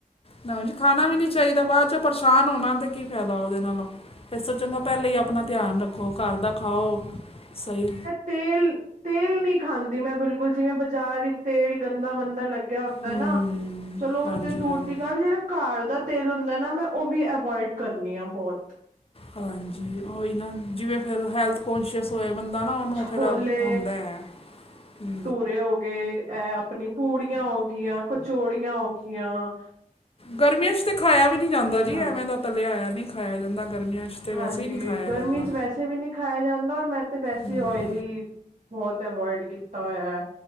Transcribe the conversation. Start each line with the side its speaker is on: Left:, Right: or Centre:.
Left: ਨਾ ਜੀ, ਖਾਨਾ ਵੀ ਨੀ ਚਾਈਦਾ। ਬਾਦ 'ਚੋ ਪਰੇਸ਼ਾਨ ਹੋਨਾ ਤੇ ਕੀ ਫੈਦਾ ਔਦੇ ਨਾਲੋਂ? ਏਸ ਤੋ ਚੰਗਾ ਪੈਲਾਂ ਈ ਆਪਨਾ ਧਿਆਨ ਰੱਖੋ, ਘਰ ਦਾ ਖਾਓ ਸਹੀ।
Right: ਤੇਲ-ਤੇਲ ਨੀ ਖਾਂਦੀ, ਮੈਂ ਬਿਲਕੁਲ ਜਿਵੇਂ ਬਾਜ਼ਾਰ ਇ ਤੇਲ ਗੰਦਾ-ਮੰਦਾ ਲੱਗ ਗਿਆ ਹੁੰਦੈ
Left: ਹਮ
Right: ਨਾ, ਚਲੋ
Left: ਹਾਂਜੀ
Right: ਔਤੇ ਦੂਰ
Left: ਹਾਂਜੀ
Right: ਦੀ ਗੱਲ ਜੇੜਾ ਘਰ ਦਾ ਤੇਲ ਹੁੰਦੈ ਨਾ, ਮੈਂ ਔ ਵੀ ਅਵੋਇਡ ਕਰਨੀ ਆ ਬੋਤ।
Left: ਹਾਂਜੀ, ਔਈ ਨਾ ਜਿਵੇਂ ਫੇਰ ਹੈਲਥ ਕੋਂਸ਼ੀਅਸ ਹੋਏ ਬੰਦਾ ਨਾ, ਔਨੂੰ
Right: ਛੋਲੇ
Left: ਫੇਰ ਹੁੰਦਾ ਐ, ਕੀ?
Right: ਪੇਅ ਹੋਗੇ, ਐ ਆਪਨੀ ਪੂੜੀਆਂ ਹੋ ਗੀਆਂ, ਕਚੋੜੀਆਂ ਹੋ ਗੀਆਂ
Left: ਗਰਮੀਆਂ 'ਚ ਤੇ ਖਾਇਆ ਵੀ ਨੀ ਜਾਂਦਾ ਜੀ,
Right: ਖਾਂਦੇ।
Left: ਐਵੇਂ ਦਾ ਤੱਲਿਆ ਹੋਇਆ ਨਈ ਖਾਇਆ ਜਾਂਦਾ ਗਰਮੀਆਂ 'ਚ। ਤਾਂ
Right: ਹਾਂਜੀ,
Left: ਵੈਸੇ ਹੀ ਨਹੀਂ ਖਾਇਆ
Right: ਗਰਮੀ
Left: ਜਾਂਦਾ
Right: 'ਚ ਵੈਸੇ ਵੀ ਨੀ ਖਾਇਆ ਜਾਂਦਾ, ਔਰ ਮੈਂ ਤੇ ਵੈਸੇ
Left: ਹਮ
Right: ਔਇਲੀ ਬੋਤ ਅਵੋਇਡ ਕੀਤਾ ਹੋਇਐ।